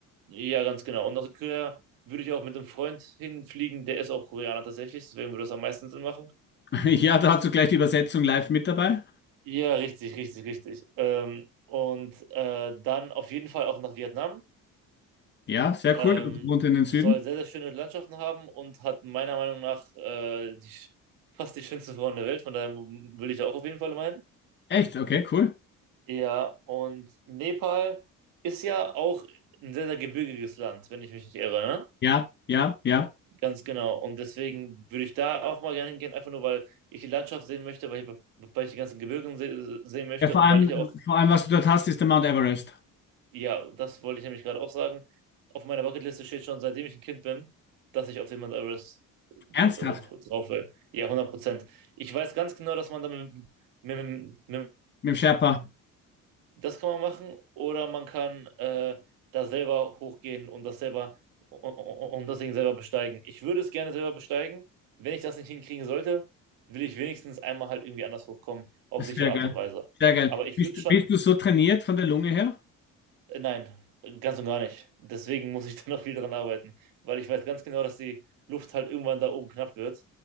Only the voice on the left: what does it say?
<laughs> Ja, da hast du gleich die Übersetzung live mit dabei.
Ja, sehr
cool. Du wohnst in den
Süden.
Echt? Okay, cool.
Ja, ja, ja.
Ja, vor
allem,
vor allem, was du dort hast, ist der Mount Everest.
Ernsthaft?
Mit dem Sherpa.
Sehr
geil.
Sehr geil.
Bist,
bist du so trainiert von der Lunge her?